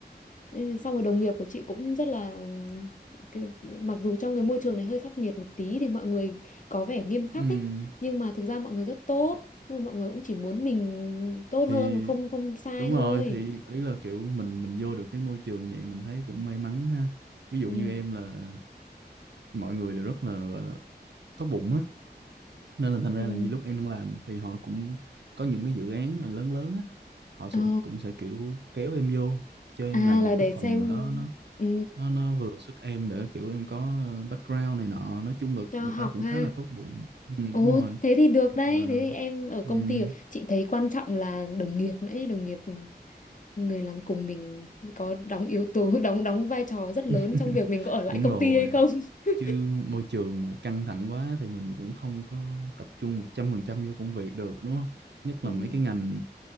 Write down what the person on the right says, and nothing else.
ừ
thì
đúng
rồi thì ý là kiểu mình mình vô được cái môi trường vậy mình thấy cũng may mắn ha ví dụ
như em là mọi người đều rất là gọi là tốt bụng á nên là thành ra
là như lúc em đang làm thì họ cũng có những cái dự án mà lớn lớn á họ
cũng cũng sẽ kiểu kéo em vô cho em
làm
một
cái
phần nào đó nó
nó nó vừa sức em để kiểu em có ờ, background này nọ nói chung là
người
ta cũng
khá là tốt bụng ừ, đúng
rồi
Ờ,
ừm,
<laughs>
đúng
rồi
chứ môi trường mà căng thẳng quá thì mình cũng không có tập trung 100% vô công việc được đúng không nhất
là mấy cái ngành